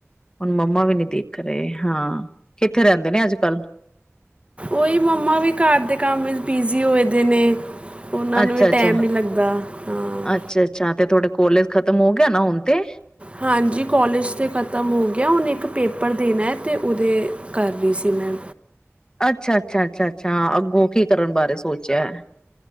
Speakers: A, on the left; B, on the right.
A: ਹੁਣ ਮੰਮਾ ਵੀ ਨੀ ਦੇਖ ਰਹੇ ਹਾਂ ਕਿੱਥੇ ਰਹਿੰਦੇ ਨੇ ਅੱਜ-ਕੱਲ।
B: ਓਹੀ ਮੰਮਾ ਵੀ ਘਰ ਦੇ ਕੰਮ ਵਿਚ ਬੀਜ਼ੀ ਹੋਏ ਦੇ ਨੇ। ਉਹਨਾਂ
A: ਅੱਛਾ
B: ਨੂੰ ਵੀ
A: ਅੱਛਾ
B: ਟਾਈਮ ਨਹੀਂ ਲੱਗਦਾ ਹਾਂ।
A: ਅੱਛਾ ਅੱਛਾ ਤੇ ਤੁਹਾਡੇ ਕੋਲੇਜ ਖਤਮ ਹੋ ਗਿਆ ਨਾ ਹੁਣ ਤੇ?
B: ਹਾਂਜੀ ਕੋਲਜ ਤੇ ਖ਼ਤਮ ਹੋ ਗਿਆ ਹੁਣ ਇੱਕ ਪੇਪਰ ਦੇਣਾ ਹੈ ਤੇ ਉਹਦੇ ਕਰ ਰਹੀ ਸੀ ਮੈਂ।
A: ਅੱਛਾ-ਅੱਛਾ-ਅੱਛਾ-ਅੱਛਾ ਅੱਗੋਂ ਕੀ ਕਰਨ ਬਾਰੇ ਸੋਚਿਆ ਹੈ।